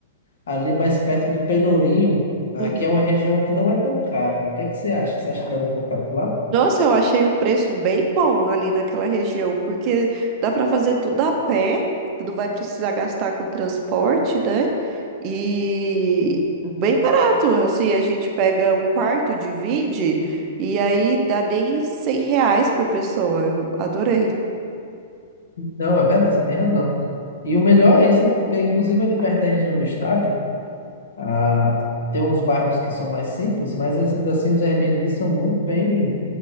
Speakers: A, on the left (about 85°); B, on the right (about 25°).
A: ali mais perto do Pelourinho, aqui
B: Uhum.
A: é uma região que não é tão cara. O que é que você acha? Você acha que daria para ficar por lá?
B: Nossa, eu achei o preço bem bom ali naquela região, porque dá para fazer tudo a pé, não vai precisar gastar com transporte, né? E bem barato, assim, a gente pega um quarto, divide, e aí dá nem 100 reais por pessoa. Eu adorei.
A: Não, é verdade, você tem razão. E o melhor é isso, né? Porque, inclusive, ali perto da região do estádio, ah, tem uns bairros que são mais simples, mas ainda assim os Airbnbs são muito bem,